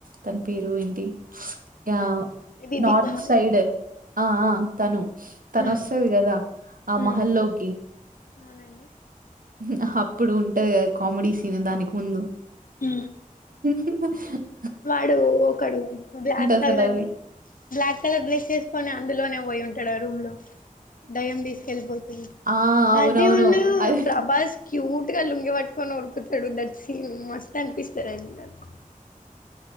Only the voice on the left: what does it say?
ఇది
కుమార్
హ్మ్
హ్మ్
అవునండి
ఉ
వాడూ ఒకడు బ్లాక్
కలర్ బ్లాక్ కలర్ డ్రెస్ ఏసుకొని అందులోనే పోయే ఉంటాడ రూమ్ లో దయ్యం దీసుకెల్పోతుంది
అది ఉన్నూ
ప్రభాస్ క్యూట్ గా లుంగి వట్ కొను ఉడుకుతడూ దట్ సీన్ మస్త్ అనిపిస్తడండి నాకు